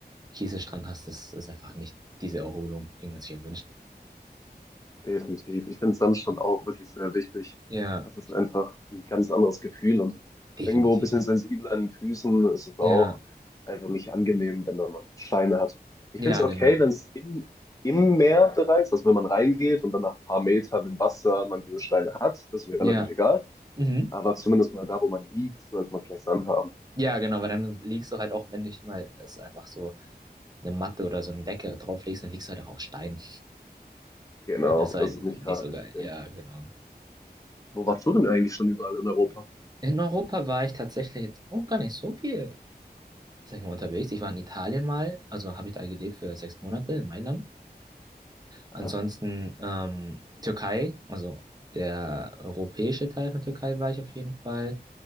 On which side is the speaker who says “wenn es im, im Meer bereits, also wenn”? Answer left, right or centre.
Left